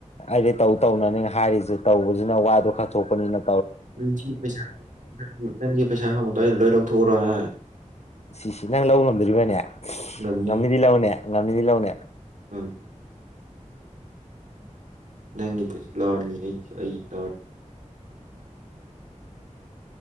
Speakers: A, on the left; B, on the right.
A: ꯑꯩꯗꯤ ꯇꯧ ꯇꯧꯅꯅꯦ ꯍꯥꯏꯔꯤꯁꯦ ꯇꯧꯕꯁꯤꯅ ꯋꯥꯗꯣ ꯈꯥꯊꯣꯛꯄꯅꯤꯅ
B: ꯅꯪꯒꯤ ꯄꯩꯁ ꯅ ꯅꯪꯒꯤ ꯄꯩꯁꯥ ꯈꯪꯕꯗꯏ ꯂꯣꯏ ꯂꯧꯊꯣꯛꯎꯔꯣꯍ
A: ꯁꯤꯁꯤ ꯅꯪ ꯂꯧꯕ ꯉꯝꯗꯣꯔꯤꯕꯅꯦ
B: ꯉꯝꯅꯤ
A: ꯉꯝꯅꯤꯗꯤ ꯂꯧꯅꯦ ꯉꯝꯅꯤꯗꯤ ꯂꯧꯅꯦ
B: ꯎꯝ ꯅꯪꯒꯤꯗꯨꯁꯨ ꯂꯥꯅꯤ ꯑꯩꯁꯨ ꯑꯩꯒꯤ ꯂꯥꯅꯤ